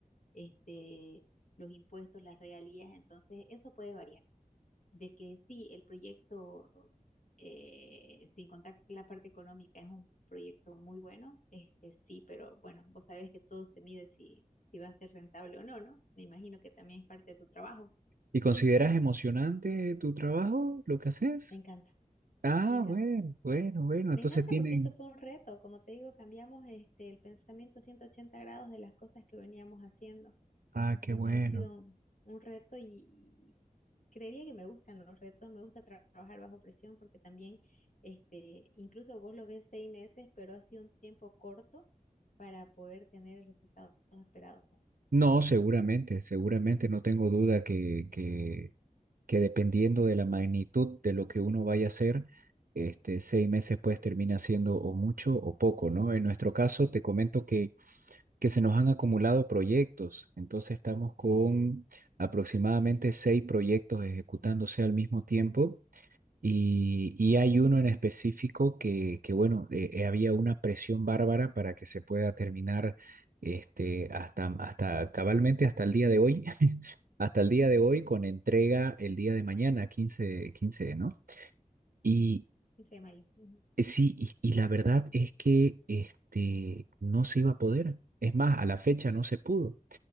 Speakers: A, on the left (about 60°); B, on the right (about 75°).
A: este, los impuestos, las regalías, entonces eso puede variar de que sí, el proyecto, eh, sin contar la parte económica, es un proyecto muy bueno, este sí, pero bueno, vos sabés que todo se mide si, si va a ser rentable o no, ¿no? Me imagino que también es parte de tu trabajo.
B: ¿Y consideras emocionante tu trabajo, lo que haces?
A: Me encanta,
B: Ah,
A: me encanta.
B: bueno, bueno, bueno, entonces
A: Me encanta
B: tienen...
A: porque esto fue un reto, como te digo, cambiamos este, el pensamiento 180 grados de las cosas que veníamos haciendo.
B: Ah, qué
A: Entonces
B: bueno.
A: ha sido un, un reto y, creería que me gustan los retos, me gusta tra- trabajar bajo presión porque también, este, incluso vos lo ves seis meses, pero ha sido un tiempo corto para poder tener el resultado esperado.
B: No, seguramente, seguramente, no tengo duda que, que que dependiendo de la magnitud de lo que uno vaya a hacer, este, seis meses pues termina siendo o mucho o poco, ¿no? En nuestro caso, te comento que, que se nos han acumulado proyectos, entonces estamos con aproximadamente seis proyectos ejecutándose al mismo tiempo y, y hay uno en específico que, que bueno, eh, eh, había una presión bárbara para que se pueda terminar este, hasta, hasta cabalmente hasta el día de hoy, <laughs> hasta el día de hoy con entrega el día de mañana, quince quince ¿no? Y
A: quince de mayo. Ujú.
B: eh, sí, y, y la verdad es que este, no se iba a poder. Es más, a la fecha no se pudo.